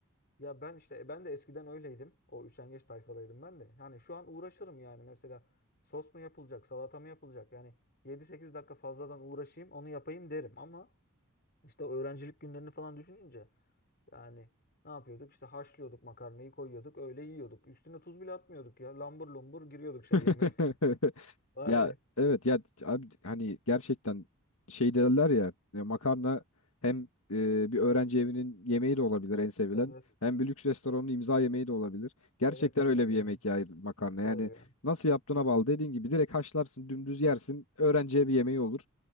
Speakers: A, on the left; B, on the left.
A: ya ben işte e, ben de eskiden öyleydim. O üşengeç tayfadaydım ben de. Yani şu an uğraşırım yani mesela sos mu yapılacak, salata mı yapılacak? Yani yedi sekiz dakika fazladan uğraşayım, onu yapayım derim ama işte o öğrencilik günlerini falan düşününce yani ne yapıyorduk? İşte haşlıyorduk makarnayı koyuyorduk, öyle yiyorduk. Üstüne tuz bile atmıyorduk ya. Lambur lumbur giriyorduk
B: <laughs>
A: şey yeme. <laughs> Vay
B: Ya
A: be.
B: evet ya abi hani gerçekten şey derler ya e, makarna hem e, bir öğrenci evinin yemeği de olabilir en sevilen
A: Evet.
B: hem bir lüks restoranın imza yemeği de olabilir. Gerçekten
A: Evet evet
B: öyle bir
A: ya.
B: yemek ya makarna
A: Çok
B: yani
A: doğru ya.
B: nasıl yaptığına bağlı dediğin gibi direkt haşlarsın dümdüz yersin öğrenci evi yemeği olur.